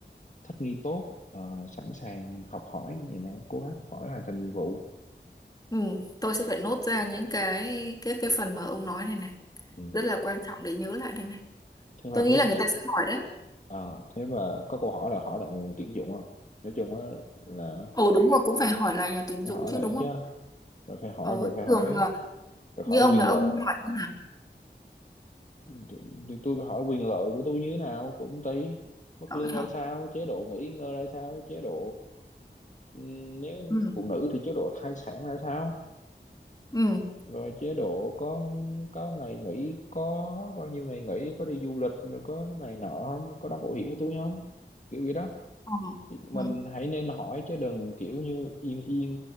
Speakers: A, on the left; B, on the left.
A: thích nghi tốt ờ, sẵn sàng học hỏi như này cố gắng học hỏi hoàn thành nhiệm vụ
B: Ừ, tôi sẽ phải nốt ra những cái cái cái phần mà ông nói này này
A: ừ.
B: rất là quan trọng để nhớ lại đây này
A: thế
B: tôi
A: và
B: nghĩ
A: viết
B: là người
A: những
B: ta sẽ hỏi đấy
A: ờ, thế và có câu hỏi là hỏi lại nguồn tuyển dụng không nói chung á là
B: ồ đúng rồi cũng phải hỏi lại nhà tuyển
A: phải
B: dụng
A: hỏi
B: chứ
A: lại
B: đúng không
A: chứ rồi phải hỏi
B: ồ
A: rồi phải hỏi
B: thường là
A: rồi phải
B: như
A: hỏi
B: ông
A: quyền
B: là ông
A: lợi
B: hỏi như nào?
A: thì, thì tôi phải hỏi quyền lợi của tôi như thế nào của công ty mức
B: hỏi
A: lương
B: hả
A: ra sao chế độ nghỉ ngơi ra sao chế độ ừm, nếu
B: ừ
A: phụ nữ thì chế độ thai sản ra sao
B: ừ
A: rồi chế độ có có ngày nghỉ có bao nhiêu ngày nghỉ có đi du lịch rồi có này nọ không có đóng bảo hiểm của tôi không kiểu vậy đó
B: ờ,
A: mình
B: ừ
A: hãy nên hỏi chứ đừng kiểu như im im